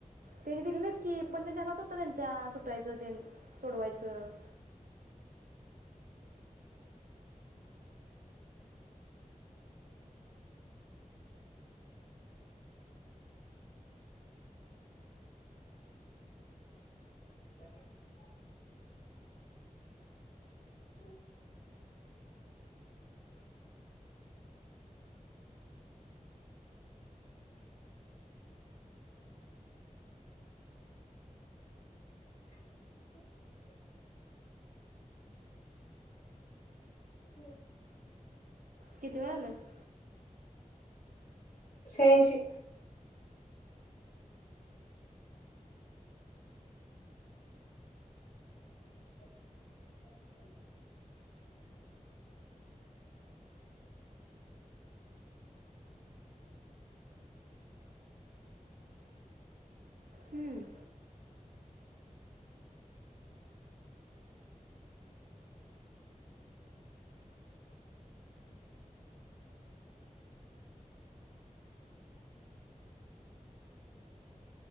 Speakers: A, on the right; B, on the left.
A: ते दिले नाहीत की, पण त्यांच्या हातात होत त्यांच्या सुटायचं तेन सोडवायचं.
B: <inaudible> <inaudible> <inaudible> हो.
A: किती वेळ आल्यास?
B: श्याऐंशी <inaudible>
A: हम्म.